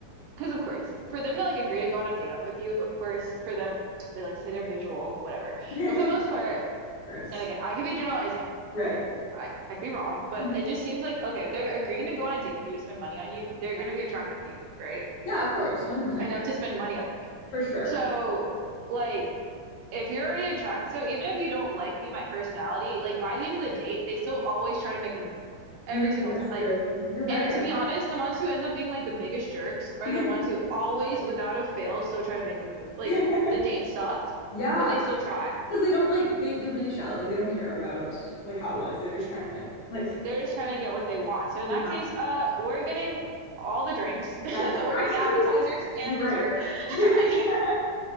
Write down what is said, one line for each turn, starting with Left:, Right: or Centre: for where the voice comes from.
Right: because of course, for them to like agree to go on a date with you, of course, for them, they like to say they're visual, whatever.
Left: <laughs>
Right: But for the most part,
Left: Gross.
Right: and again, I could be generalizing.
Left: Right.
Right: I, I could be wrong, but
Left: Mhm.
Right: it just seems like okay, if they're agreeing to go on a date with you to spend money on you, they're
Left: Yeah.
Right: gonna be attracted to you, right?
Left: Yeah, of course. 100%.
Right: Enough to spend money on you.
Left: For sure.
Right: So,
Left: For-
Right: like, if you're already attract, so even if you don't like me, my personality, like by the end of the date, they still always try to make a move every
Left: Mm,
Right: single
Left: that's
Right: time. Like,
Left: true. You're right,
Right: and to be honest, the ones who end up being like the biggest jerks are
Left: actually.
Right: the ones who always, without a fail, still try to make a move. Like
Left: <laughs>
Right: the date sucked,
Left: Yeah,
Right: but they still try.
Left: because they don't like they they're really shallow. Like they don't care about like how it was. They're just trying to like
Right: They're just trying to get what they want. So in
Left: Exactly.
Right: that case, uh, we're getting all the drinks. <laughs> We're
Left: That's
Right: getting
Left: actually,
Right: appetizers and
Left: you're right.
Right: dessert. <laughs>
Left: <laughs>
Right: Like,